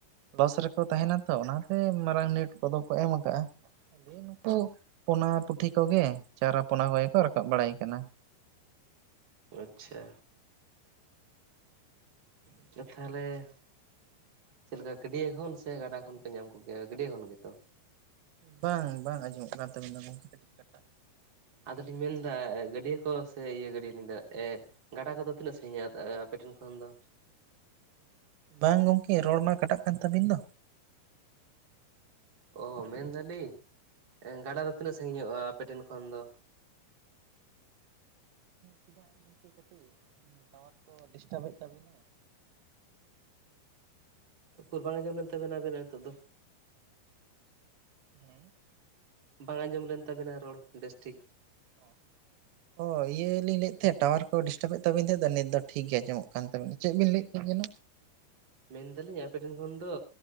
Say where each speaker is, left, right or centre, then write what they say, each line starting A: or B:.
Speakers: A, on the right; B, on the right.
A: ᱞᱚᱥ ᱨᱮᱠᱚ ᱛᱟᱦᱮᱱᱟ ᱛᱚ ᱚᱱᱟᱛᱮ ᱢᱟᱨᱟᱝ ᱱᱮᱴ ᱠᱚᱫᱚ ᱠᱚ ᱮᱢ ᱟᱠᱟᱜᱼᱟ᱾ ᱱᱩᱠᱩ ᱯᱚᱱᱟ ᱯᱩᱴᱷᱤ ᱠᱚᱜᱮ ᱪᱟᱨᱟ ᱯᱚᱱᱟ ᱠᱚᱜᱮ ᱠᱚ ᱨᱟᱠᱟᱵ ᱵᱟᱲᱟᱭ ᱠᱟᱱᱟ!
B: ᱟᱪᱪᱷᱟᱼᱼ <unintelligible> ᱛᱟᱦᱚᱞᱮ ᱪᱮᱫ ᱞᱮᱠᱟ ᱜᱟᱹᱰᱭᱟᱹ ᱠᱷᱚᱱ ᱥᱮ, ᱜᱟᱰᱟ ᱠᱷᱚᱱ ᱯᱮ ᱧᱟᱢ ᱠᱚᱜᱮᱭᱟ, ᱜᱟᱹᱰᱭᱟᱹ ᱠᱷᱚᱱ ᱜᱮᱛᱚ?
A: ᱵᱟᱝ, ᱵᱟᱝ, ᱟᱸᱡᱚᱢᱚᱜ ᱠᱟᱱ ᱛᱟᱹᱵᱤᱱᱟ ᱜᱚᱝᱠᱮ ᱠᱟᱹᱴᱤᱡ, ᱠᱟᱹᱴ
B: ᱟᱫᱚᱞᱤᱧ ᱢᱮᱱᱫᱟ, ᱜᱟᱹᱰᱭᱟᱹ ᱠᱚ ᱥᱮ ᱤᱭᱟᱹ ᱜᱟᱹᱰᱭᱟᱹ ᱞᱤᱧ ᱫᱟᱲᱮ ᱭᱟᱜ ᱮᱸ, ᱜᱟᱰᱟ ᱠᱚᱫᱚ ᱛᱤᱱᱟᱹᱜ ᱥᱟᱺᱜᱤᱧᱟ, ᱟᱯᱮ ᱴᱷᱮᱱ ᱠᱷᱚᱱ ᱫᱚ?
A: ᱵᱟᱝ ᱜᱚᱢᱠᱮ, ᱨᱚᱲ ᱢᱟ ᱠᱟᱴᱟᱜ ᱠᱟᱱ ᱛᱟᱵᱤᱱ ᱫᱚ?
B: ᱚ ᱢᱮᱱᱫᱟᱞᱤᱧ, ᱜᱟᱰᱟ ᱫᱚ ᱛᱤᱱᱟᱹᱜ ᱥᱟᱺᱜᱤᱧ ᱧᱚᱜᱼᱟ ᱟᱯᱮᱴᱷᱮᱱ ᱠᱷᱚᱱ ᱫᱚ?
A: ᱪᱮᱫᱟᱜ ᱜᱚᱝᱠᱮ ᱠᱟᱹᱴᱤᱡ, ᱴᱟᱣᱟᱨ ᱠᱚ ᱰᱤᱥᱴᱟᱵᱮᱫ ᱛᱟᱵᱤᱱᱟ?
B: ᱩᱠᱩᱨ ᱵᱟᱝ ᱟᱡᱚᱢ ᱞᱮᱱ ᱛᱟᱵᱤᱱᱟ ᱟᱵᱮᱱᱟᱜ ᱱᱤᱛᱚᱜ ᱫᱚ?
A: <unintelligible>
B: ᱵᱟᱝ ᱟᱸᱡᱚᱢ ᱞᱮᱱ ᱛᱟᱵᱤᱱᱟ ᱨᱚᱲ, ᱵᱮᱥᱴᱷᱤᱠ? <inaudible>
A: ᱚ ᱚ ᱤᱭᱟᱹᱞᱤᱧ ᱞᱟᱹᱭᱮᱫ ᱛᱟᱦᱮᱸᱫ, ᱴᱟᱣᱟᱨ ᱠᱚ ᱰᱤᱥᱴᱟᱵ ᱮᱫ ᱛᱟᱵᱮᱱ ᱛᱟᱦᱮᱸᱫ, ᱱᱤᱛ ᱫᱚ ᱴᱷᱤᱠ ᱜᱮ ᱟᱸᱡᱚᱢᱚᱜ ᱠᱟᱱ ᱛᱟᱵᱤᱱᱟ᱾ ᱪᱮᱫ ᱵᱤᱱ ᱞᱟᱹᱭᱮᱫ ᱛᱟᱦᱮᱸᱱ ᱡᱮᱱᱚ?
B: ᱢᱮᱱᱫᱟᱞᱤᱧ ᱟᱯᱮᱴᱷᱮᱱ ᱠᱷᱚᱱ ᱫᱚ,